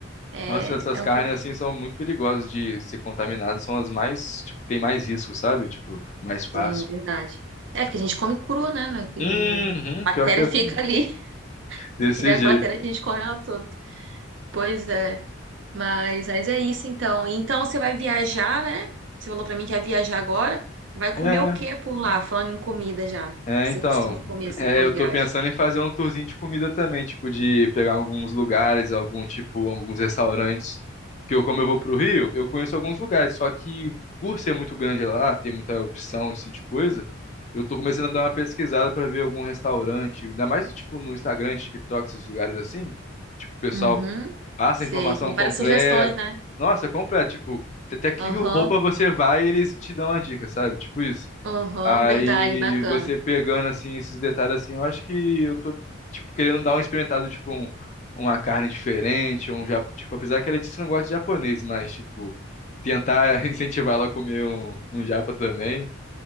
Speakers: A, on the right (about 65°); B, on the left (about 35°).
A: É,
B: Nossa, essas
A: é
B: carnes
A: um pouco.
B: assim são muito perigosas de ser contaminadas, são as mais, tipo, tem mais risco, sabe? Tipo, mais fácil.
A: Sim, verdade. É, porque a gente come cru, né? né, que,
B: Uhum,
A: hum, Bactéria
B: pior que é assim,
A: fica ali. <laughs>
B: desse
A: Se tiver
B: jeito.
A: bactéria, a gente come ela toda. Pois é. Mas, mas é isso então. Então você vai viajar, né? Você falou pra mim que ia viajar agora. Vai
B: É,
A: comer o que por lá? Falando em comida já.
B: é,
A: Você
B: então.
A: costuma comer assim
B: É,
A: quando
B: eu tô
A: viaja?
B: pensando em fazer um tourzinho de comida também, tipo, de pegar alguns lugares, algum tipo, alguns restaurantes. Porque eu, como eu vou pro Rio, eu conheço alguns lugares, só que por ser muito grande lá, ter muita opção, assim, de coisa, eu tô começando a dar uma pesquisada pra ver algum restaurante, ainda mais, tipo, no Instagram, TikTok, esses lugares assim, que, tipo, o pessoal
A: Uhum.
B: Passa
A: Sei.
B: a informação
A: Tem
B: completa.
A: várias sugestões, né?
B: Nossa, completa. Tipo, até que
A: Aham,
B: roupa você vai, eles te dão a dica, sabe? Tipo isso.
A: aham,
B: Aí
A: verdade, bacana.
B: você pegando assim esses detalhes assim, eu acho que eu tô tipo querendo dar uma experimentada, tipo um- uma carne diferente, um ja- tipo, apesar que a Letícia não gosta de japonês, mas tipo tentar <laughs> incentivar ela a comer um, um japa também.